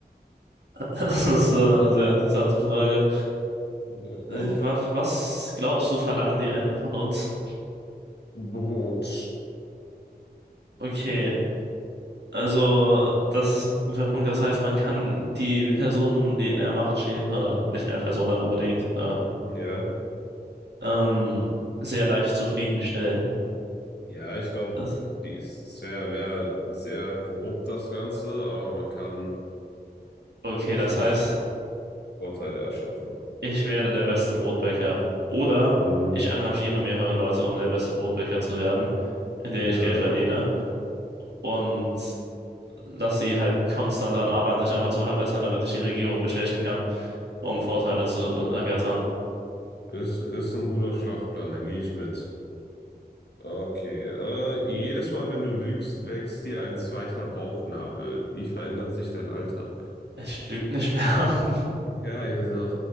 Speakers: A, on the right; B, on the left.
A: <laughs> Das ist äh, eine sehr interessante Frage.
B: Ja.
A: Äh, wa- Was glaubst du, verlangen die Enten von uns?
B: Brot.
A: Okay, also das ist ein guter Punkt. Das heißt, man kann die Personen, die in der Macht stehen, oder nicht mehr Personen dann unbedingt, äh,
B: Ja.
A: ähm, sehr leicht zufriedenstellen.
B: Ja, ich glaube,
A: Das,
B: die ist, es wäre wär wär sehr korrupt, das Ganze, aber man kann
A: okay,
B: sich
A: das heißt,
B: Vorteile erschaffen.
A: ich werde der beste Brotbäcker. Oder
B: Hm,
A: ich engagiere mehrere Leute, um der beste Brotbäcker zu werden, indem
B: ja.
A: ich Geld verdiene. Und dass sie halt konstant daran arbeiten, sich einfach zu verbessern, damit sich die Regierung bestechen kann, um Vorteile zu ergattern.
B: Ist, ist ein guter Schlachtplan, da gehe ich mit. Okay. Äh, jedes Mal, wenn du lügst, wächst dir ein zweiter Bauchnabel. Wie verändert sich dein Alltag?
A: Ich lüge nicht mehr. <laughs>
B: Ja, also